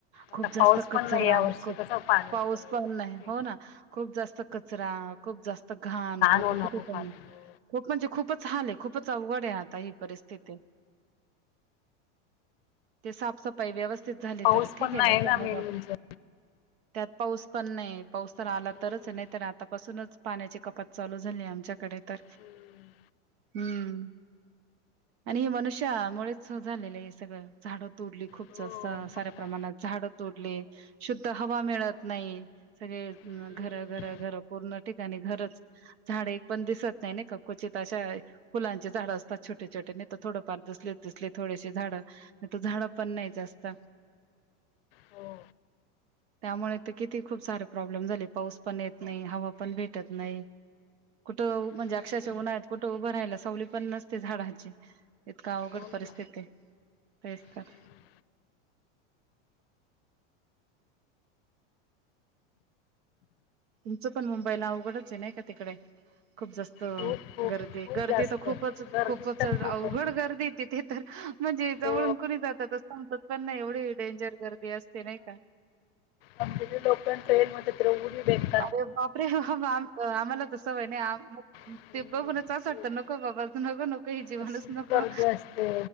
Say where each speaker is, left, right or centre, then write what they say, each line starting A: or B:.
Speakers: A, on the right (about 60°); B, on the left (about 55°).
A: खूप
B: आता
A: जास्त
B: पाऊस पण
A: कचरा
B: नाही यावर्षी
A: खुप
B: कसं पाण्याचं
A: पाऊस पण नाही
B: किती
A: हो ना खूप जास्त कचरा खूप जास्त घाण लोक
B: होणार
A: कुठे
B: हो
A: पण
B: पाण्यामुळं
A: खूप म्हणजे खूपच हाल हाय खूपच अवघड आहे आता ही परिस्थिती ते साफसफाई व्यवस्थित झाली
B: पाऊस
A: तर ठीक
B: पण
A: आहे नाही
B: ना
A: तर
B: मेन
A: मग
B: म्हणजे
A: त्यात पाऊस पण नाही पाऊस तर आला
B: हम्म,
A: तरच नाही तर आतापासूनच पाण्याची कपात चालू झाली आमच्याकडे तर
B: हम्म.
A: हम्म आणि हे मनुष्यामुळेच झालेलं हे सगळं झाडं तोडली खूप
B: हो
A: जात
B: मग
A: साऱ्या
B: काय
A: प्रमाणात झाडं तोडले शुद्ध हवा मिळत नाही सगळे
B: हम्म,
A: घरं
B: हम्म.
A: घरं घर पूर्ण ठिकाणी घरचं झाडे पण दिसत नाही ना का क्वचित आशा फुलांचे झाडं असतात छोटे छोटे नाही तर थोडंफार दिसले दिसले थोडेसे झाडं आता झाडं पण नाही जास्त
B: हो
A: त्यामुळे तर किती खूप सारे प्रॉब्लेम झाले पाऊस पण येत नाही हवा पण भेटत नाही कुठं
B: हम्म,
A: म्हणजे अक्षरशः उन्हाळ्यात कु ठं उभं राहायला सावली पण नसते झाडाची इतकं अवघड
B: हो ना.
A: परिस्थिती तेच
B: हम्म.
A: तर तुमचं पण मुंबईला अवघडच आहे ना तिकडे खूप जास्त
B: खूप खूप
A: गर्दी
B: खूप
A: गर्दी
B: जास्त
A: तर खूपच
B: गर्दी
A: खूपच
B: तर
A: अवघड
B: खूपच
A: गर्दी तिथे तर म्हणजे जवळून
B: हो
A: कुणी जातात असं समजत पण नाही एवढी डेंजर गर्दी असते नाही का
B: किती लोकल ट्रेन मध्ये <unintelligible>
A: अरे बापरे हा हा आम आम्हाला तर सवय नाही
B: हम्म.
A: ते बघूनच असं
B: खूप
A: वाटतं नको बाबा अजून नको नको हे जीवनच
B: कसली
A: नको
B: गर्दी असते